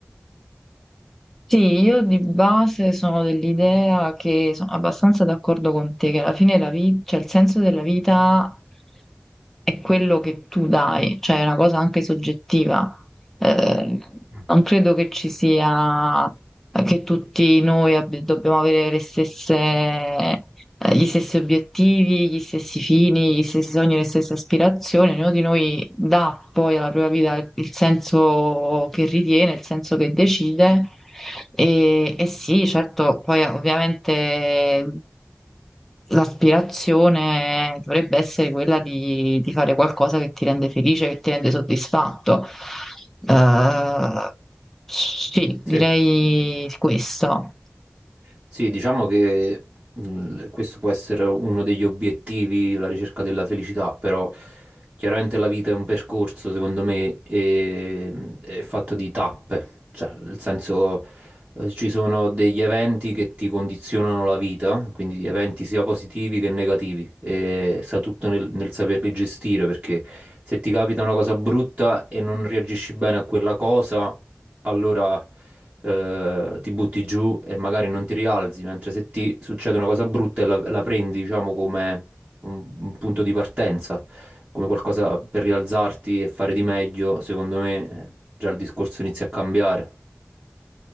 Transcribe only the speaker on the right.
Mm.
Sì.
Sì, diciamo che mm, questo può essere uno degli obiettivi, la ricerca della felicità, però chiaramente la vita è un percorso, secondo me, e- mm, è fatto di tappe, cioè nel senso Eh, Ci sono degli eventi che ti condizionano la vita, quindi eventi sia positivi che negativi, e sta tutto nel, nel saperli gestire, perché se ti capita una cosa brutta e non reagisci bene a quella cosa, allora eh, ti butti giù e magari non ti rialzi, mentre se ti succede una cosa brutta e la, la prendi, diciamo, come un, un punto di partenza, come qualcosa per rialzarti e fare di meglio, secondo me eh, già il discorso inizia a cambiare.